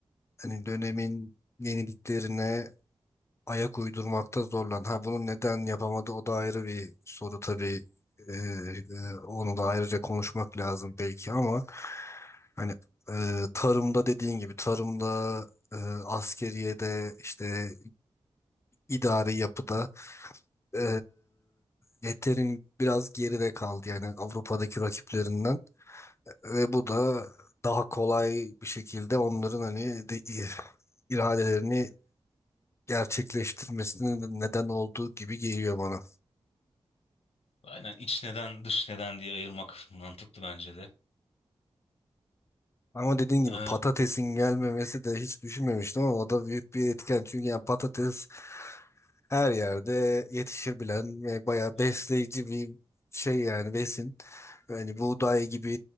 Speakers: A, on the left; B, on the left.
A: hani dönemin yeniliklerine ayak uydurmakta zorlandı. Ha bunu neden yapamadı o da ayrı bir soru tabii. E, e, onu da ayrıca konuşmak lazım belki ama Hani e, tarımda dediğin gibi tarımda e, askeriyede işte idari yapıda e, yeterin biraz geride kaldı yani Avrupa'daki rakiplerinden ve bu da daha kolay bir şekilde onların hani de, iradelerini gerçekleştirmesine neden olduğu gibi geliyor bana.
B: Aynen iç neden, dış neden diye ayırmak mantıklı bence de.
A: Ama dediğin gibi
B: Ee,
A: patatesin gelmemesi de hiç düşünmemiştim ama o da büyük bir etken. Çünkü yani patates her yerde yetişebilen ve bayağı besleyici
B: yani,
A: bir şey yani besin. Yani buğday gibi